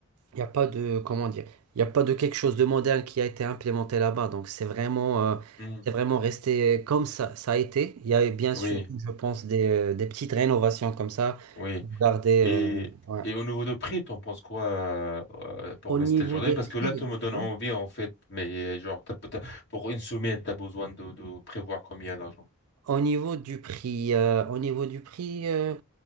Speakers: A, on the right; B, on the left.
A: y a pas de, comment dire, il n'y a pas de quelque chose de moderne qui a été implémenté là-bas. Donc c'est vraiment, euh,
B: mhm.
A: c'est vraiment resté comme ça, ça a été. Il y a bien
B: Oui,
A: sûr, je pense, des, euh, des petites rénovations comme ça
B: oui.
A: pour garder.
B: Et,
A: euh, ouais.
B: et au niveau de prix, t'en penses quoi euh, euh, pour
A: Au
B: visiter
A: niveau
B: le Jordanie
A: des
B: Parce
A: prix,
B: que là, tu me donnes
A: hein,
B: envie, en fait, mais euh, genre, t'as- t'as- pour une semaine, tu as besoin de, de prévoir combien d'argent.
A: Au niveau du prix, euh, au niveau du prix. euh,